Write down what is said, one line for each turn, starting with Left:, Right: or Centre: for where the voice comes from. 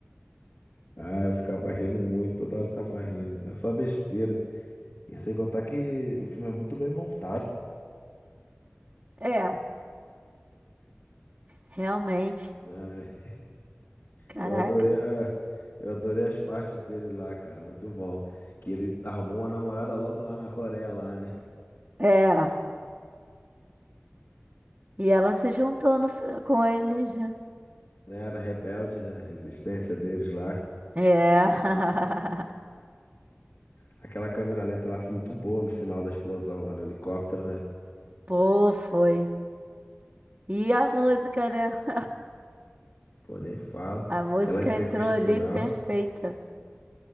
Left: Ah, eu ficava rindo muito, toda hora eu tava rindo. Era só besteira. E sem contar que o filme é muito bem montado.
Right: É, realmente.
Left: Ah,
Right: Caraca.
Left: eu adorei a- eu adorei as partes dele lá, cara. Muito bom. Que ele arrumou uma namorada logo lá na Coreia, lá, né?
Right: É. E ela se juntou no fi- com ele, né?
Left: Era rebelde, né? A resistência deles lá.
Right: É. <laughs>
Left: Aquela câmera lenta lá foi muito boa no final da explosão lá no helicóptero, né?
Right: Pô, foi. E a música, né? <laughs>
Left: Pô, nem fala.
Right: A música
Left: Aquela entrevista
Right: entrou ali
Left: final.
Right: perfeita.